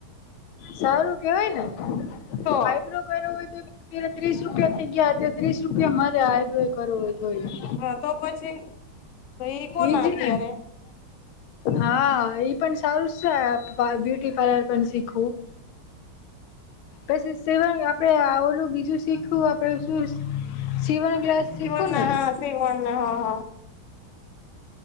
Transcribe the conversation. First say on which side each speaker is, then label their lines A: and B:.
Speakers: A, on the left; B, on the left.
A: સારું કેવાય ને આઈબ્રો
B: તો
A: કરાવો હોય તો પેલા ત્રીસ રૂપિયા થઇ ગયા આજે ત્રીસ રૂપિયા મારે આઈબ્રો કરવો હોય તોય
B: હા તો પછી તઈ કોના
A: એજ ને
B: ત્યારે
A: હા ઈ પણ સારું છે બ્યુટી પાર્લર પણ શીખવું. પછી સેવંગ આપડે આ ઓલું બીજું શીખું આપડે શું શિવણ ક્લાસ શીખું
B: શિવણના
A: ને
B: હા શિવણને હ હ.